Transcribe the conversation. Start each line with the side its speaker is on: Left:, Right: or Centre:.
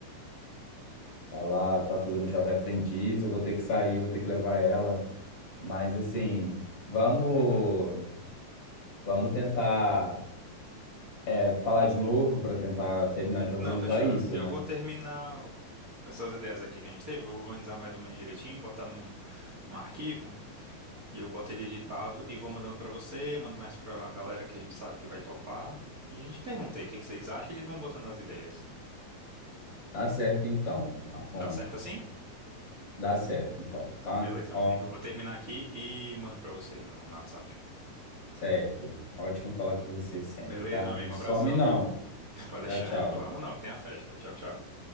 Left: Ela tá fazendo Jovem Aprendiz, eu vou ter que sair, vou ter que levar ela. Mas assim, vamos,
Right: Uhum.
Left: vamos tentar. É, falar de novo para tentar terminar de organizar
Right: Não, fechado.
Left: isso,
Right: Eu
Left: né?
Right: vou terminar essas ideias aqui que a gente teve, eu vou organizar mais ou menos direitinho, botar num, num arquivo, e eu boto ele editável e vou mandando pra você, mando mais pra galera que a gente sabe que vai topar. E a gente pergunta aí o que que vocês acham, e eles vão botando as ideias.
Left: Tá certo então, Afonso.
Right: Dá certo assim?
Left: Dá certo então,
Right: Então,
Left: tá?
Right: beleza,
Left: Ó,
Right: meu amigo. Eu vou terminar aqui e mando pra você no no WhatsApp.
Left: certo. Ótimo falar com você sempre,
Right: Beleza,
Left: tá?
Right: meu amigo.
Left: Não some
Right: Um abração,
Left: não.
Right: viu? <laughs> Pode
Left: Tchau,
Right: deixar.
Left: tchau.
Right: Vamos não, tem a festa. Tchau, tchau.